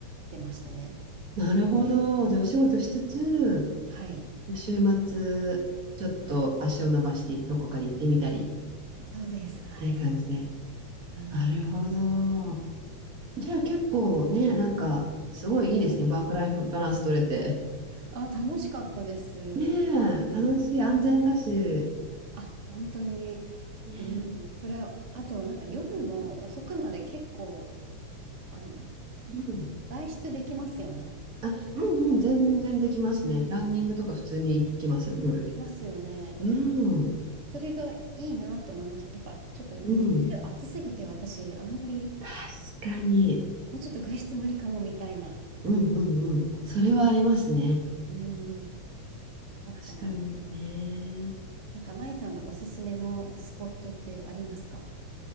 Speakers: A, on the right (about 75°); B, on the right (about 35°).
A: てましたね。
B: なるほど。じゃあ、お仕事しつつ、
A: はい。
B: 週末、ちょっと足を伸ばしてどこかに行ってみたり
A: そうです。
B: っていう感じで。
A: はい。はい。
B: なるほど。じゃあ結構ね、なんか、すごいいいですね。ワークライフバランス取れて。
A: あ、楽しかったです。
B: ねえ、楽しい、安全だし。
A: あ、本当に、
B: ね
A: うん、それは、あと、なんか夜も遅くまで結構、あの、
B: え、うん。
A: 外出できますよね。
B: あ、うんうん、全然できますね。ランニングとか普通に行けます、夜。
A: できますよね。
B: うん、
A: それがいいなって思いました。やっぱちょっと日中暑すぎて私、
B: うん。
A: あんまり、
B: 確かに。
A: もうちょっと外出無理かもみたいな、
B: うんうんうん。それはありますね。
A: うん、あったので。
B: 確かにね。
A: なんか、舞さんのおすすめのスポットってありますか